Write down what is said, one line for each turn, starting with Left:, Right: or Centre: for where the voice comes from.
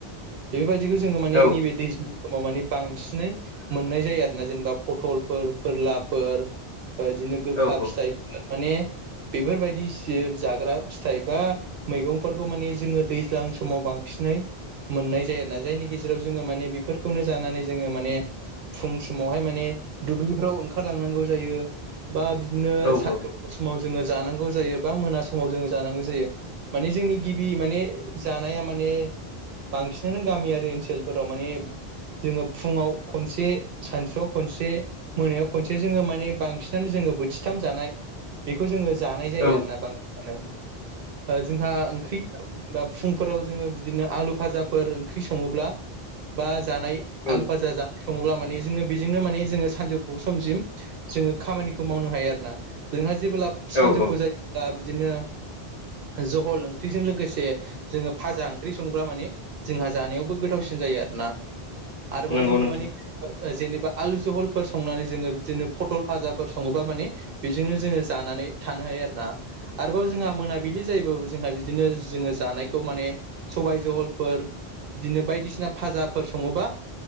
Right: बेफोरबायदिखौ जोङो माने
Left: औ
Right: नैबे दै ज्लां समाव माने बांसिनै मोननाय जायो आरो ना जेनेबा पथलफोर फोरलाफोर बिदिनो गोखा
Left: औ औ
Right: फिथाइफोर माने बेफोरबायदि जाग्रा फिथाइ बा मैगंफोरखौ माने जोङो दैज्लां समाव बांसिनै मोननाय जायो आरोना जायनि गेजेराव जोङो माने बेफोरखौनो जानानै जोङो माने फुं समावहाय माने दुब्लिफ्राव ओंखारलांनांगौ जायो बा बिदिनो
Left: औ
Right: सानजौफु
Left: औ
Right: समाव जोङो जानांगौ जायो बा मोना समाव जोङो जानांगौ जायो माने जोंनि गिबि माने जानाया माने बांसिनानो गामियारि ओनसोलफोराव माने जोङो फुङाव खनसे सानसुआव खनसे मोनायाव खनसे जोङो माने बांसिनानो जोङो बोथिथाम जानाय बेखौ जोङो जानाय जायो
Left: औ
Right: आरोना बांसिनानो ओ जोंहा ओंख्रि बा फुंफोराव जोङो बिदिनो आलु फाजाफोर ओंख्रि सङोब्ला बा जानाय
Left: औ
Right: आलु फाजा जानो सङोब्ला माने जोङो बेजोंनो माने जोङो सानजौफु समसिम जोङो खामानिखौ मावनो हायो आरोना जोंहा जेबोला सानजौफु
Left: औ औ
Right: जायो दा बिदिनो जहल ओंख्रिजों लोगोसे जोङो फाजा ओंख्रि सङोब्ला माने जोंहा जानायावबो गोथावसिन जायो आरोना आरोबाव
Left: नंगौ
Right: जोङो
Left: नोंथां
Right: माने जेनेबा आलु जहलफोर संनानै जोङो बिदिनो पटल फाजाफोर सङोबा माने बेजोंनो जोङो जानानै थानो हायो आरो ना। आरोबाव जोंहा मोनाबिलि जायोबाबो जोंहा बिदिनो जोङो जानायखौ माने सबाय जहल बिदिनो बायदिसिना फाजाफोर सङोबा